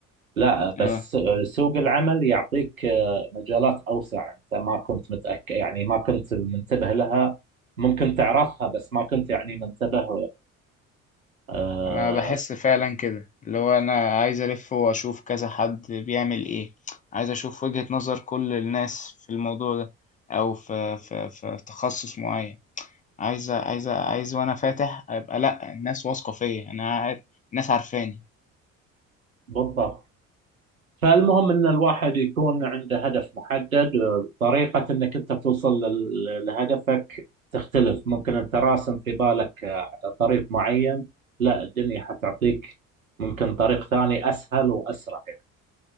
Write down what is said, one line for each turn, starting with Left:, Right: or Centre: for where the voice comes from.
Right: لا
Left: اه
Right: بس آه، سوق العمل يعطيك آه، مجالات اوسع انت ما كنت متأكد يعني ما كنت منتبه لها ممكن تعرفها بس ما كنت يعني منتبه آه،
Left: ما بحس فعلا كده اللي هو أنا عايز ألف وأشوف كذا حد بيعمل إيه عايز أشوف وجهة نظر كل الناس في الموضوع ده أو في في في تخصص معين. عايز عايز عايز وانا فاتح ابقى لا الناس واثقه فيا انا عار- الناس عارفاني
Right: بالضبط فالمهم ان الواحد يكون عنده هدف محدد طريقة انك انت توصل لل- لهدفك تختلف ممكن انت راسم في بالك آه، طريق معين لا الدنيا حتعطيك ممكن طريق ثاني اسهل واسرع يعني